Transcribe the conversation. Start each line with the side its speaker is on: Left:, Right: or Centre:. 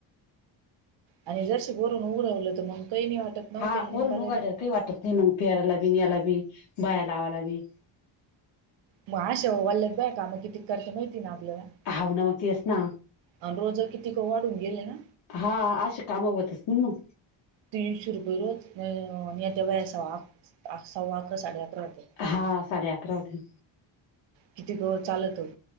Right: आणि जरसे भरून उरवलं तर मग काही नाही वाटत. नव्ह
Left: हा
Right: त्याला निंदायला
Left: वरून उघा
Right: बी
Left: <unintelligible> काही वाटत नाही मग पेरायला बी न यायला बी बाया लावायला बी
Right: मग अशा हो वल्लग ब्या काम किती करते माहिती ना आपल्याला.
Left: हाव ना मग तेच ना.
Right: आणि रोज कित्येक वाढून गेले ना.
Left: हा अशे कामं होतच नाही मग.
Right: तीनशे रुपये नाहीत नाही बाबा मी आता <unintelligible> सव्वा सव्वा अकरा साडे अकरा होतेत.
Left: हां साडे अकरा होतेय.
Right: किती ग चालतो.